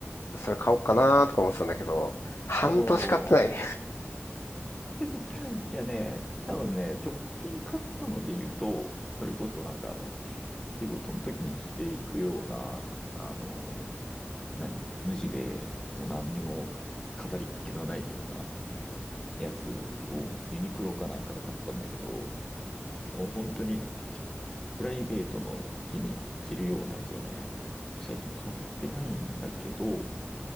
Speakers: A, on the left (about 80°); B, on the left (about 15°).
A: それ買おうかなとか思ってたんだけど、半年買ってない。
B: ああ、いやね、多分ね、直近買ったので言うと、それこそなんか、あの、仕事の時に着ていくような、あの、何無地で、もう何にも飾りっ気のないようなやつをユニクロかなんかで買ったんだけど、もう本当にプライベートの日に着るようなやつはね、最近買ってないんだけど、